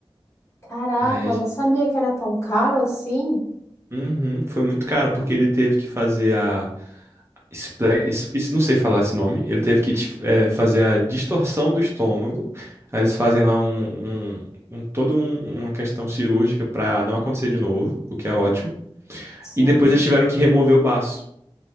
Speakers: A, on the left; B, on the right.
A: Caraca,
B: Aí a
A: eu não sabia que era tão caro assim.
B: Uhum, foi muito caro, porque ele teve que fazer a. esple- es- es- Não sei falar esse nome. Ele teve que dif- eh, fazer a distorção do estômago. Aí eles fazem lá um, um, um- todo um- uma questão cirúrgica pra não acontecer de novo, o que é ótimo.
A: Sim.
B: E depois eles tiveram que remover o baço.